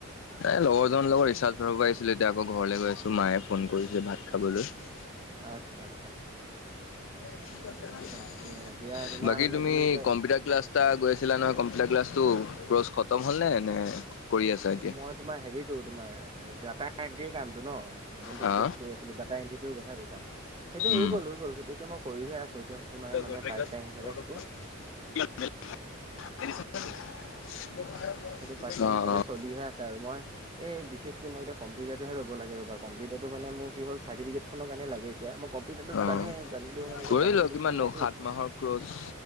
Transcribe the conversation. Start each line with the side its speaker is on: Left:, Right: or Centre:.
Left: এ লগৰজনৰ লগত ৰিচাৰ্ট ভৰাব আহিছিলোঁ, এতিয়া আকৌ ঘৰলৈ গৈ আছো। মায়ে ফোন কৰিছে ভাত খাবলৈ। <unintelligible>
Right: আচ্ছা-আচ্ছা।
Left: <unintelligible>
Right: তাকে এতিয়া তোমাৰ
Left: বাকী
Right: মানে
Left: তুমি
Right: এতিয়া
Left: কম্পিউটাৰ ক্লাছ <unintelligible> গৈ আছিলা নহয় কম্পিউটাৰ ক্লাছটো ক্ৰচ খতম হ'ল ন? নে <inaudible> এতিয়া?
Right: মই তোমাৰ হেৰিতো তোমাৰ <unintelligible> কামটো ন? যোনটো
Left: হা?
Right: কৰ্চ কৰি আছিলো ডাটা এণ্ট্ৰিটোৰ কথা কৈছা, সেইটো
Left: উম,
Right: হৈ গ'ল, হৈ গ'ল সেইটো এতিয়া মই কৰিহে আছো এতিয়া <unintelligible>
Left: <unintelligible>
Right: পাৰ্ট টাইম হিচাপে সেইটো
Left: <inaudible> <unintelligible>
Right: সেইটো পাৰ্ট টাইম
Left: অ',
Right: হিচাপে
Left: অ',
Right: চলিহে আছে আৰু মই এই বিশেষকে মই এতিয়া কম্পিউটাৰটোহে ল'ব লাগে ৰ'বা <unintelligible> কম্পিউটাৰটো মানে মোৰ কি হল চাৰ্টিফিকেটখনৰ কাৰণে লাগে এতিয়া। মই কম্পিউটাৰটো
Left: অ'।
Right: জানো জানিলেও মানে
Left: কৰি
Right: এতিয়া চাৰ্টিফিকেটখন
Left: লোৱা কিমাননো
Right: নাই। <inaudible>
Left: সাত মাহৰ ক্ৰজ